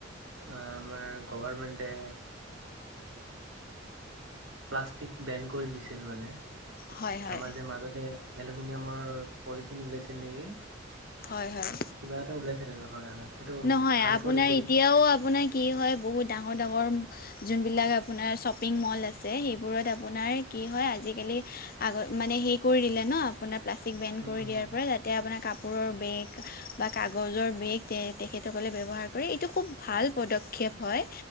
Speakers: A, on the right; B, on the left.
A: আমাৰ গভাৰমেণ্টে প্লাষ্টিক বেন কৰি দিছিল মানে
B: হয় হয়
A: আমাৰ যে মাজতে এলুমিনিয়ামৰ পলিথিন ওলাইছিল নেকি
B: হয়, হয়
A: কিবা এটা ওলাইছিলে হয় হয় সেইটো
B: নহয়
A: ভাল
B: আপোনাৰ
A: কৰিছিল।
B: এতিয়াও আপোনাৰ কি হয় বহুত ডাঙৰ-ডাঙৰ যোনবিলাক আপোনাৰ শ্বপিং মল আছে সেইবোৰত আপোনাৰ কি হয় আজিকালি আগ মানে হেৰি কৰি দিলে ন আপোনাৰ প্লাষ্টিক বেন
A: উম
B: কৰি দিয়াৰ
A: হম
B: পৰা তাতে আপোনাৰ কাপোৰৰ বেগ বা কাগজৰ বেগ তে তেখেতসকলে ব্যৱহাৰ কৰে এইটো খুব ভাল পদক্ষেপ হয়